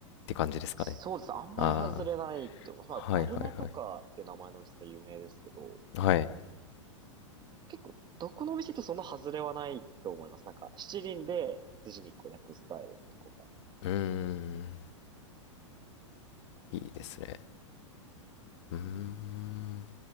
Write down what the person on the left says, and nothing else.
て感じですかね。
ああ、
はいはいは
い。はい。
うーん、いいですね。うーん。